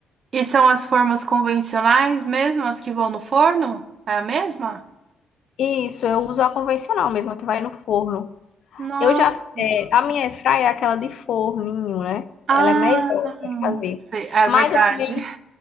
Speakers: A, on the right; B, on the left.
A: E são as formas convencionais mesmo, as que vão no forno? É a mesma?
B: Isso, eu uso a convencional mesmo, a que vai no forno.
A: Nossa.
B: Eu já, é, a minha airfryer é aquela de forninho, né?
A: Ah,
B: Ela é melhor para fazer.
A: sei, é
B: Mas
A: verdade.
B: eu também,